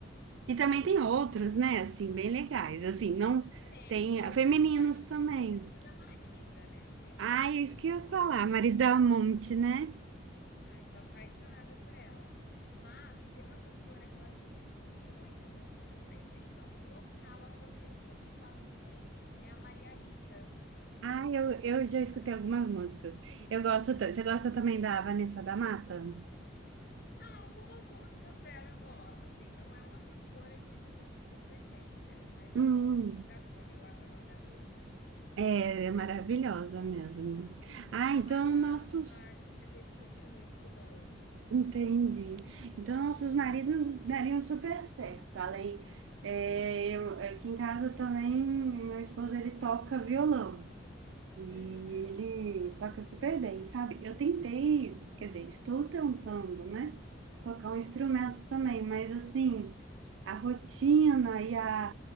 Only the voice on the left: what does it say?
tem.
Eu,
particularmente,
sempre gostei muito da Marisa, né? Sempre
fui muito apaixonada
pela Marisa.
Ai, sou apaixonada por ela. Mas se tem uma cantora que eu admiro muito, muito, muito, a extensão vocal, a potência vocal que tem é a Maria Rita.
Ah, algumas músicas dela eu gosto, assim, não é uma cantora que eu escute com frequência, mas
algumas músicas eu acho a voz dela linda, né? Simplesmente
perfeita.
Mas não
é uma,
uma artista que eu escute muito, não.
Uhum.